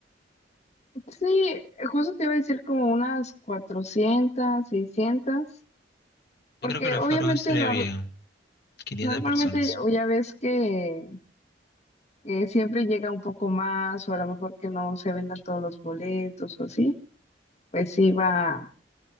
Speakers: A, on the left; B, on the left.
A: Sí, justo te iba a decir como unas 400 seiscientas porque
B: Yo creo que el aforo
A: obviamente
B: estaría
A: nor-
B: bien, 500
A: normalmente
B: personas.
A: o ya ves que, que siempre llega un poco más o a lo mejor que no se vendan todos los boletos o así, pues sí va